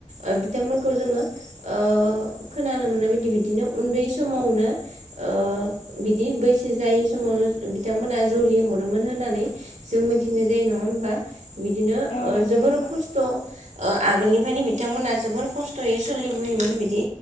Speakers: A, on the right; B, on the left.
A: ओ बिथांमोनखौ ओ जोङो ओ खो नानो मोननाय बायदि बिदिनो उन्दै समावनो ओ बिदि बैसो जायै समावनो बिथांमोना जुलि हरोमोन होननानै जों मिथिनो मोननाय जायो नङा होमबा बिदिनो
B: औ औ
A: ओ
B: नंगौ
A: जोबोर
B: नोंथां
A: खस्थ' ओ आगोलनिफ्रायनो बिथांमोना जोबोर खस्थ'यै सोलिबोयोमोन बिदि